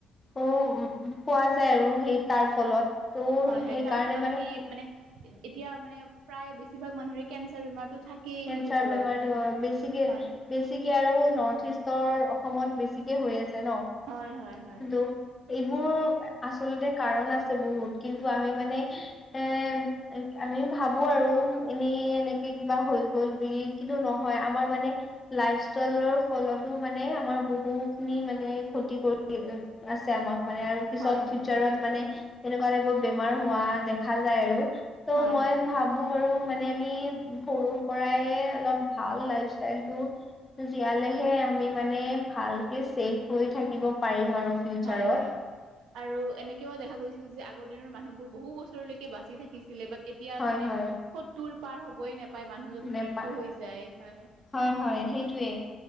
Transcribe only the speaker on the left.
উ, পোৱা যায় আৰু সেই তাৰ ফলত ত'
সেইকাৰণে
কেঞ্চাৰ
বেমাৰটো
বেছিকে
বেছিকে আৰু নৰ্থ ইষ্টৰ অসমত বেছিকে হৈ আছে ন।
কিন্তু এইবোৰ আচলতে কাৰণ আছে বহুত কিন্তু আমি মানে এ, আমি ভাবো আৰু এনেই, এনেকে কিবা হৈ গ'ল বুলি কন্তু নহয় আমাৰ মানে লাইফ ষ্টাইলৰ ফ্ৰলতো মানে আমাৰ বহুখিনি মানে ক্ষতি কৰি আছে আমাক মানে আৰু পিছত
ফিউচাৰত
মানে এনেকুৱা এবোৰ বেমাৰ হোৱা দেখা যায় আৰু। ত'
মই
ভাবোঁ বাৰু মানে আমি সৰু সৰুৰ পৰাই অলপ ভাল লাইফ ষ্টাইলটো জীয়ালেহে আমি মানে ভালকে ছেভ হৈ থাকিব পাৰিম আৰু। ফিউচাৰত
হয়
হয়
নেপায়
হয়, হয়, সেইটোৱে।